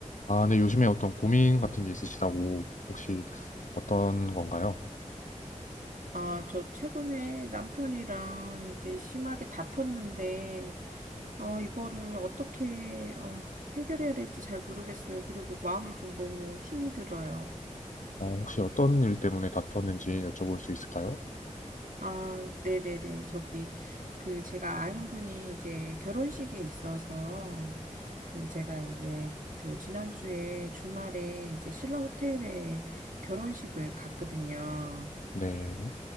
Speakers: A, on the left (about 70°); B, on the right (about 85°).
A: 아, 네 요즘에 어떤 고민 같은 게 있으시다고 혹시 어떤 건가요?
B: 아, 저 최근에 남편이랑 이제 심하게 다퉜는데, 어, 이거를 어떻게, 어, 해결해야 될지 잘 모르겠어요. 그리고 마음이 좀 너무 힘이 들어요.
A: 어, 혹시 어떤 일 때문에 다투었는지 여쭤볼 수 있을까요?
B: 아, 네네네. 저기, 그, 제가 아는 분이 이제 결혼식에 있어서, 그, 제가 이제, 그, 지난주에 주말에 이제 신라 호텔에 결혼식을 갔거든요.
A: 네,